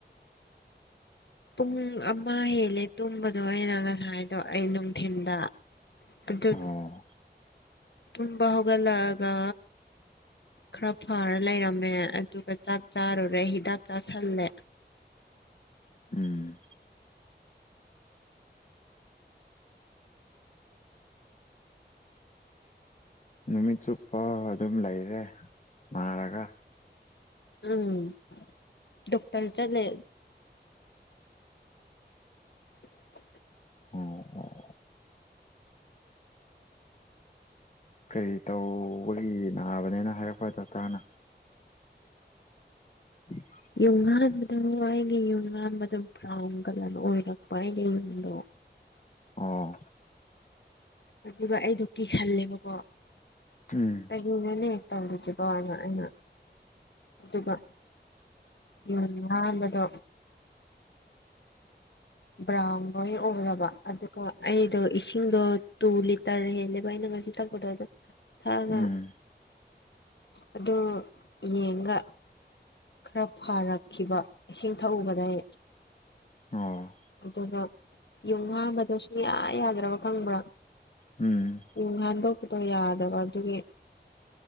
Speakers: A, on the left (about 75°); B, on the left (about 40°).
A: ꯄꯨꯡ ꯑꯃ ꯍꯦꯜꯂꯦ ꯇꯨꯝꯕꯗꯣ ꯑꯩꯅ ꯉꯁꯥꯏꯗꯣ ꯑꯩ ꯅꯨꯡꯊꯤꯟꯗ ꯑꯗꯨ
B: ꯑꯣ
A: ꯇꯨꯝꯕ ꯍꯧꯒꯠꯂꯛꯑꯒ ꯈꯔ ꯐꯔ ꯂꯩꯔꯝꯃꯦ ꯑꯗꯨꯒ ꯆꯥꯛ ꯆꯥꯔꯨꯔꯦ ꯍꯤꯗꯥꯛ ꯆꯥꯥꯁꯤꯜꯂꯦ
B: ꯎꯝ ꯅꯨꯃꯤꯠ ꯆꯨꯞꯄ ꯑꯗꯨꯝ ꯂꯩꯔꯦ ꯅꯥꯔꯒ
A: ꯎꯝ ꯗꯣꯛꯇꯔ ꯆꯠꯂꯦ <unintelligible>
B: ꯑꯣ ꯑꯣ ꯀꯔꯤ ꯇꯧꯕꯒꯤ ꯅꯥꯕꯅꯦꯅ ꯍꯥꯏꯔꯛꯄ꯭ꯔ ꯗꯣꯛꯇꯔꯅ ꯎꯝ <unintelligible>
A: ꯌꯨꯡꯍꯥꯟꯕꯗꯣ ꯑꯩꯒꯤ ꯌꯨꯡꯍꯥꯟꯕꯗꯣ ꯕ꯭ꯔꯥꯎꯟ ꯀꯂꯔꯅ ꯑꯣꯏꯔꯛꯄ ꯑꯩꯒꯤ ꯌꯨꯝꯗꯣ
B: ꯑꯣ
A: ꯑꯗꯨꯒ ꯑꯩꯗꯣ ꯀꯤꯁꯜꯂꯦꯕꯀꯣ
B: ꯎꯝ
A: ꯀꯩꯒꯤꯅꯣꯅꯦ ꯇꯧꯔꯤꯁꯤꯕꯣꯅ ꯑꯩꯅ ꯑꯗꯨꯒ ꯌꯨꯟꯍꯥꯟꯕꯗꯣ ꯕ꯭ꯔꯥꯎꯟ ꯂꯣꯏ ꯑꯣꯏꯔꯕ ꯑꯗꯨꯒ ꯑꯩꯗꯣ ꯏꯁꯤꯡꯗꯣ ꯇꯨ ꯂꯤꯇꯔ ꯍꯦꯜꯂꯦꯕ ꯑꯩꯅ ꯉꯁꯤ ꯊꯛ ꯄꯗꯣ ꯑꯗꯨꯝ ꯊꯛꯑꯒ
B: ꯎꯝ
A: ꯑꯗꯣ ꯌꯦꯡꯒ ꯈꯔ ꯐꯔꯛꯈꯤꯕ ꯏꯁꯤꯡ ꯊꯛꯎꯕꯗꯩ
B: ꯎꯝ
A: ꯑꯗꯨꯒ ꯌꯨꯡ ꯍꯥꯟꯕꯗꯣ ꯁꯨꯡꯌꯥ ꯌꯥꯗ꯭ꯔꯕ ꯈꯪꯕ꯭ꯔꯥ
B: ꯎꯝ
A: ꯌꯨꯡ ꯍꯥꯟꯗꯣꯛꯄꯗꯣ ꯌꯥꯗꯕ ꯑꯗꯨꯒꯤ